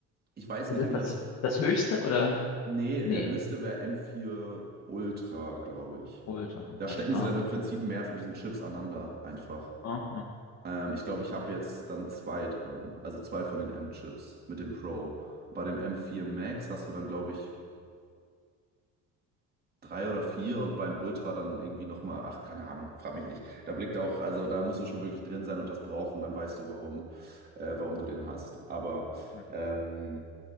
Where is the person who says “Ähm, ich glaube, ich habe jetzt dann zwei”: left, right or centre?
Right